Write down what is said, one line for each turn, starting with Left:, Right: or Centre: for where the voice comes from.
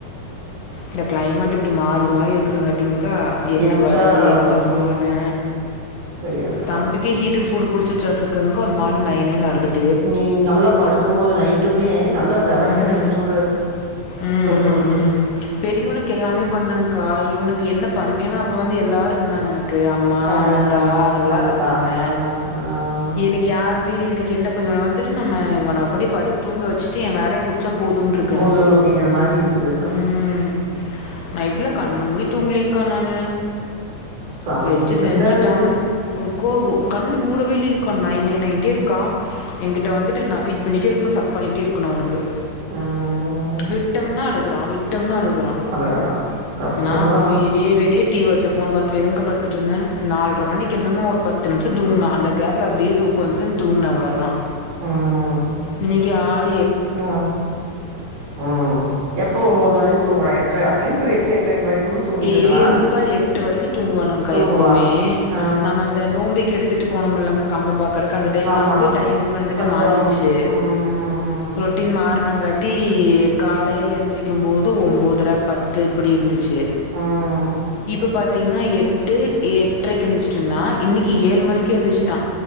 Left: இந்த கிளைமேட் இப்டி மாறி மாறி இருக்கிறங்குற கா என்ன
Right: எச்சா
Left: வருது என்ன
Right: ம்
Left: போறது
Right: தெரியறதுல
Left: தம்பி ஹீட்டுக்கு சூடு புடிச்சாசாட்டுருக்குங்கக்கா ஒரு மாரி நைய் நைய்னு அழுதுட்டு
Right: நீ நல்லா படுக்கும் போது நைட்டுமே நல்லா வெளக்கெண்ண
Left: ம்.
Right: வச்சுவுடு
Left: ம்,
Right: தொப்புளுக்கு
Left: ம், ம். பெரியவனுக்கு எல்லாமே பண்ணேக்கா இவனுக்கு என்ன பண்ண ஏனா அப்ப வந்து எல்லாரு இருந்தாங்க எனக்கு அம்மா
Right: ஆ
Left: அத்தா எல்லாரு
Right: ஆமாத்தா
Left: இருந்தாங்க
Right: எல்லா இருந்தாங்க ஆ
Left: எனக்கு யாருமே இல்ல எனக்கு என்ன பய இவன வந்துட்டு நம்ம இவன கொண்டு படுக்க தூங்க வச்சுட்டு வேலய முடிச்சா போதுன்னு இருக்கு
Right: போது
Left: எனக்கு
Right: அப்டிங்கிற மாரி இருக்குது
Left: ம் நைட்லா கண்ண மூடி தூங்கலீங்க்கா நானு
Right: சாமி
Left: வெச்சு
Right: எப்டித்தா
Left: செஞ்சுட்டா
Right: இருக்குது
Left: கோ கண்ணு மூடவே இல்லைங்க்கா நை நை நைன்ட்டே இருக்கா என்கிட்ட வந்துட்டு நா ஃபீட் பண்ணிட்டே இருக்கு சப் பண்ணிட்டே இருக்கணு அவனுக்கு
Right: ம்
Left: விட்டம்னா அழுகுறா விட்டம்னா அழுகுறா
Right: அழகடா கஷ்டந்தா
Left: நா
Right: ஆனா
Left: வீ விடிய விடிய டி வச்சு ஃபோன் பாத்துட்டே தா கா படுத்துட்ருந்தே நால்ர மணிக்கு என்னமோ ஒரு பத்து நிமிஷோ தூங்குனே அந்த கேப்ல அப்டியே தூக்க வந்துச்சுனு தூங்குனே அவ்ளோதா
Right: ம்
Left: இன்னைக்கு ஆள்
Right: ஆ ம் எப்பொவு ஒம்போது ம தூங்கலா எட்ர அட்லீஸ்ட் ஒரு எட்டு எட்ரைக்கு வரைக்குமே தூங்கிட்ருக்குறா
Left: ஏழே முக்கால் எட்டு வரைக்கு தூங்குவானுக்கா
Right: தூங்குவா
Left: எப்போமே
Right: ஆ
Left: நம்ம அந்த நோம்பிக்கு எடுத்து கத்துட்டு போனமுல்லங்க்கா கம்பம் பாக்குறக்கு அந்த டைம்ல
Right: ஆமா
Left: வந்துட்டு டைம் வந்துட்டு
Right: கொஞ்சம்
Left: மாறிருச்சு
Right: ம் ம்
Left: ரொட்டின் மார்னங்காட்டி காலையில எந்திருக்கும்போது ஒம்போதர பத்து இப்டி இருந்துச்சு
Right: ம்
Left: இப்ப பாத்தீங்கன்னா எட்டு எட்ரைக்கு எந்திருச்சிட்ருந்தா இன்னைக்கு ஏழு மணிக்கு எந்திருச்சுட்டா